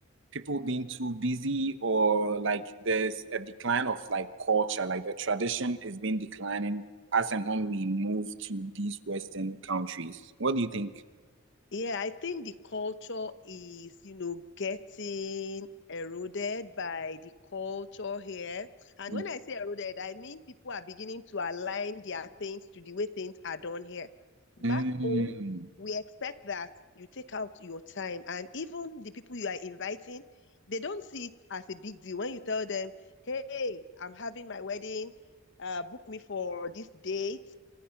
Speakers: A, on the right (about 60°); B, on the left (about 60°).
A: people being too busy or like there's a decline of like culture, like the tradition is being declining as and when we move to these Western countries? What do you think?
B: Yeah, I think the culture is, you know, getting eroded by the culture here. And
A: Mm.
B: when I say eroded, I mean people are beginning to align their things to the way things are done here. Back
A: Mm.
B: home, we expect that you take out your time, and even the people you are inviting, they don't see it as a big deal. When you tell them, hey, I'm having my wedding, uh, book me for this date